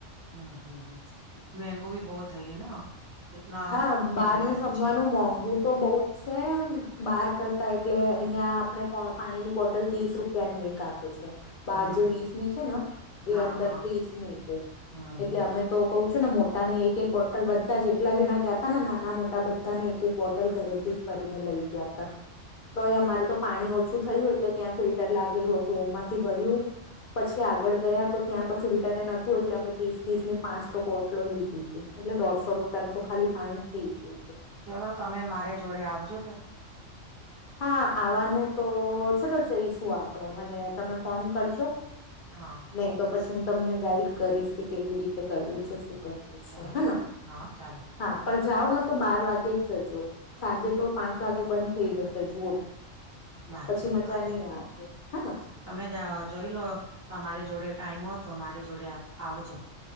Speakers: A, on the right; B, on the left.
A: હમ હમ હમ મેગો ભી બહત થઈ ના કતના
B: હા બાર
A: મેંગો
B: નું જમવાનું
A: છે
B: મોંઘુ તો બહ જ છે બહાર કરતા એટલે અહિયાં આપણે પાણીની બોટલ ત્રીસ રૂપ ત્યાની એક આપે છે બાર
A: હમ
B: જે વીસ ની છે ને
A: હા
B: એ અંદર
A: હા
B: ત્રીસ ની છે
A: હમ
B: એટલે
A: હમ
B: અમે તો કહું છું ને મોટા ની એક એક બોટલ બધા જ કેટલા જણા ગયા ત નાના મોટા બધાને એક એક બોટલ ઘરેથી ફરીને લઈ ગયા તા તો એ અમારે તો પાણી ઓછું થયું એટલે ત્યાં ફિલ્ટર લાગેલું હતું એમાંથી ભર્યું. પછી આગળ ગયા તો ત્યાં તો ફિલ્ટરે નતું એટલે અમે ત્રીસ ત્રીસ ની પાંચ તો બોટલો લીધી એટલે દોઢસો રૂપિયાનું તો ખાલી પાણી થઈ ગયું હતું.
A: ચલો તમે મારે જોડે આવજો ફેર
B: હા આવવાનું તો ચલો જઈશું આપણે મને તમે ફોન કરજો.
A: હા
B: નહી
A: ચોક્કસ
B: તો પછી હું તમને ગાઈડ કરીશ કે કેવી રીતે કરવું છે શું
A: ચાલો
B: હે
A: હા ચાલો
B: હા પણ જાઓ ને તો બાર વાગે જ જજો સાંજે તો પાંચ વાગે બંધ થઈ જશે જુઓ.
A: વાંધો
B: પછી
A: નહી
B: મજા
A: વાંધો
B: નઈ
A: નહી
B: આવે કે હે
A: તમે જોઈ લો તમારી જોડે ટાઈમ હો તો મારી જોડે આવજો.